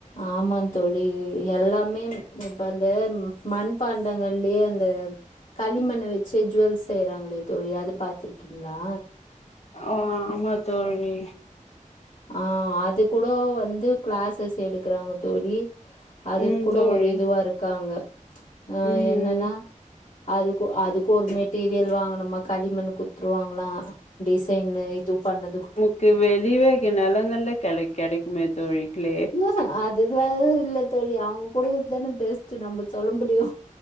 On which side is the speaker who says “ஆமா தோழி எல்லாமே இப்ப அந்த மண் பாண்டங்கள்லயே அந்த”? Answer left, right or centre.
Left